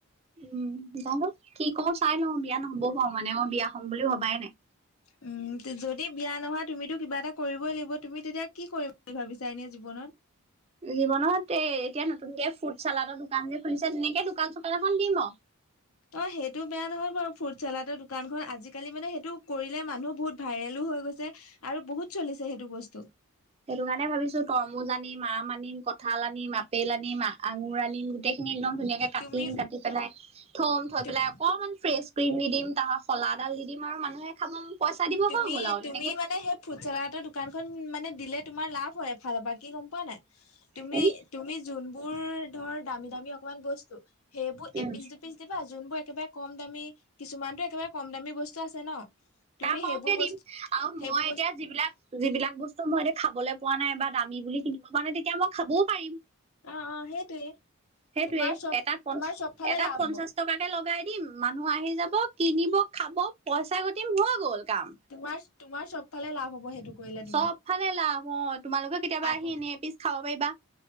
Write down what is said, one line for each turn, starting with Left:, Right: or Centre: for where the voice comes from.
Right: উম, জানো কি কও চাই লওঁ বিয়া নহবও পাৰো মানে মই বিয়া হম বুলি ভবাই নাই।
Left: উম, যদি বিয়া নহয় তুমিতো কিবা এটা কৰিবই লাগিব তুমি তেতিয়া কি কৰিম বুলি ভাবিছা এনে জীৱনত?
Right: জীৱনত এ এতিয়া নতুনকে ফুড চালাডৰ দোকান যে খুলিছে তেনেকে দোকান চোকান এখন দিম আৰু।
Left: অ, সেইটো বেয়া নহয় ফ্ৰুট চালাডৰ দোকানখন আজিকালি মানে সেইটো কৰিলে মানুহ বহুত ভাইৰেলো হৈ গৈছে, আৰু বহুত চলিছে সেইটো বস্তু।
Right: সেইটো কাৰণে ভাবিছোঁ তৰমুজ আনিম আম আনিম কঁঠাল আনিম আপেল আনিম আ আঙুৰ আনিম গোটেইখিনি একদম ধুনীয়াকে কাটিম,
Left: তুমি
Right: কাটি পেলাই থ থমপেলাই
Left: তুম
Right: অকণমান ফ্ৰেছ ক্ৰীম দি দিম তাৰ শলাডাল দিম আৰু মানুহে খাব পইচা দিব
Left: তুমি
Right: হৈ গ'ল আৰু।
Left: তুমি
Right: তেনেকে
Left: মানে সেই ফু চলাডৰ দোকান মানে দিলে তোমাৰ লাভ হয় এফালৰ পৰা কি গম পোৱা নাই তুমি,
Right: উম,
Left: তুমি যোনখন বোৰ ধৰ দামী দামী অকমান বস্তু, সেইবোৰ
Right: উম,
Left: এপিচ-দুপিচ যোনবোৰ একেবাৰে কম দামী, কিছুমানটো একেবাৰে কম দামী বস্তু আছে ন? তুমি
Right: তাৰ সৰহকে
Left: সেইবোৰ
Right: দিম
Left: বস্তু
Right: আৰু
Left: সেইবোৰ
Right: মই
Left: বস্তু
Right: এতিয়া যিবিলাক, যিবিলাক বস্তু মই এতিয়া খাবলৈ পোৱা নাই বা দামী বুলি কিনিব পৰা নাই, তেতিয়া মই খাবওঁ পাৰিম।
Left: অ অ সেইটোয়ে
Right: সেইটোৱে
Left: তোমাৰ চব
Right: এটাত প
Left: তোমাৰ চব ফালে
Right: এটাত
Left: লাভ
Right: পঞ্চাশ
Left: হ'ব
Right: টকাকে লগাই দিম। মানুহ আহি যাব কিনিব খাব পইচা গতিম হৈ গ'ল। কাম।
Left: তোমাৰ-তোমাৰ চব ফালে লাভ হব সেইটো কৰিলে তুমি
Right: চ'ব ফালে লাভ অ, তোমালোকে কেতিয়াবা
Left: আকৌ
Right: আহি এনে এপিছ খাব পাৰিবা।